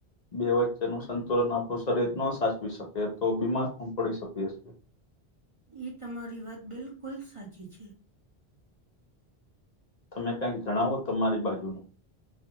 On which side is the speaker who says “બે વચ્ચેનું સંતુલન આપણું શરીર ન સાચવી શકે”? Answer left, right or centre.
Left